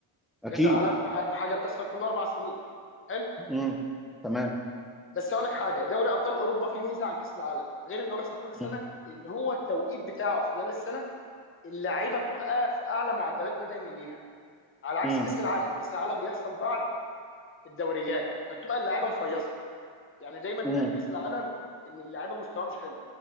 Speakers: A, in the centre; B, on the left.
A: اكيد
B: كاس العالم ح- حاجه بتحصل كل اربع سنين حلو
A: مم. تمام
B: بس اقول لك حاجه دوري ابطال اوروبا فيه ميزه عن كاس العالم غير انه بيحصل كل سنه
A: مم.
B: ان هو التوقيت بتاعه خلال السنه اللعيبه بتبقى في اعلى معدلات بدني ليها على عكس
A: مم.
B: كاس العالم كاس العالم بيحصل بعد الدوريات فبتبقى اللعيبه مفيصه يعني دايما تلاقي
A: مم.
B: في كاس العالم ان اللعيبه مستواها مش حلو